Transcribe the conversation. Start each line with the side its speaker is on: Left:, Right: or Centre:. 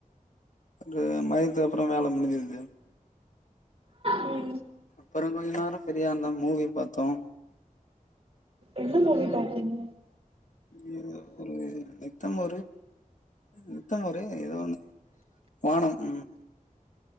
Left: அங்க மதியத்துக்கு அப்பறோ வேல முடுஞ்சது
Right: ம்
Left: அப்பறோ கொஞ்ச நேரோ ஃபிரியா இருந்தோ மூவி பாத்தோ
Right: எந்த மூவி பாத்திங்க
Left: இ ஒரு நித்தம் ஒரு நித்தம் ஒரு எதோ ஒண்ணு வானம் ம்